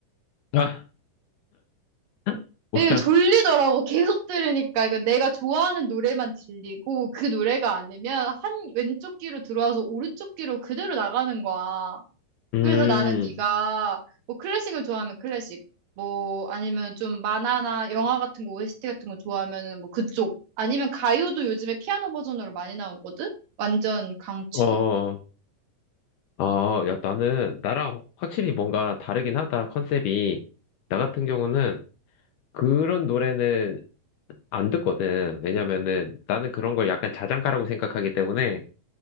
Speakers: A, on the left; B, on the right.
A: 아, <laughs> 뭐야?
B: 이게 졸리더라고. 계속 들으니까. 그러니까 내가 좋아하는 노래만 들리고 그 노래가 아니면 한 왼쪽 귀로 들어와서 오른쪽 귀로 그대로 나가는 거야.
A: 음.
B: 그래서 나는 네가 뭐 클래식을 좋아하면 클래식, 뭐 아니면 좀 만화나 영화 같은 거 OST 같은 거 좋아하면은 뭐 그쪽. 아니면 가요도 요즘에 피아노 버전으로 많이 나오거든? 완전 강추.
A: 어. 아, 야, 나는 나랑 확실히 뭔가 다르긴 하다. 컨셉이. 나 같은 경우는 그런 노래는 안 듣거든. 왜냐면은 나는 그런 걸 약간 자장가라고 생각하기 때문에